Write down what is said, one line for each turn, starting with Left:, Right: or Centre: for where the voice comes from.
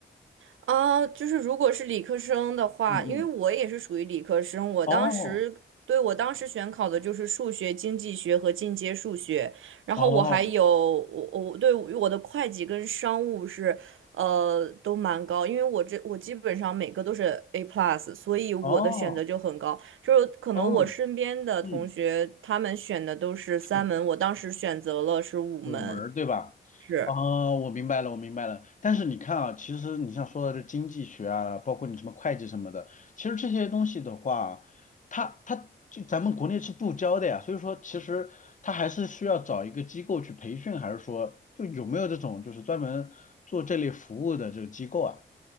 Right: 啊，就是如果是理科生的话，
Left: 嗯嗯，
Right: 因为我也是属于理科生，我当时对我当时选考的就是数学、
Left: 哦。
Right: 经济学和进阶数学，然后我还有我我对我的会计跟商务是呃都蛮高，
Left: 哦
Right: 因为我这我基本上每个都是 A plus，所以我的选择就很高，
Left: 哦
Right: 就是可能我身边的同学他们选的都是三门，
Left: 哦，嗯，是
Right: 我当时选择了是五门，
Left: 五门儿对吧？
Right: 是。
Left: 哦，我明白了，我明白了。但是你看啊，其实你像说的这经济学啊，包括你什么会计什么的，其实这些东西的话，它它就咱们国内是不教的呀。所以说，其实它还是需要找一个机构去培训，还是说就有没有这种就是专门做这类服务的这个机构啊？